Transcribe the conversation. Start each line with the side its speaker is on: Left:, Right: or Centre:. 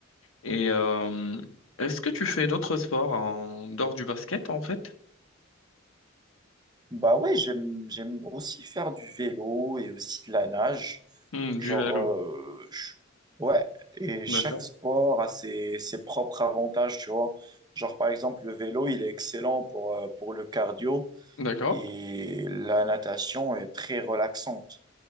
Left: Et euh, est-ce que tu fais d'autres sports en dehors du basket en fait?
Right: Bah ouais, j'aime j'aime aussi faire du vélo et aussi de la nage.
Left: Hmm,
Right: Genre
Left: du vélo.
Right: euh, je- ouais, et
Left: D'accord.
Right: chaque sport a ses, ses propres avantages, tu vois. Genre par exemple le vélo, il est excellent pour euh, pour le cardio
Left: D'accord.
Right: et la natation est très relaxante.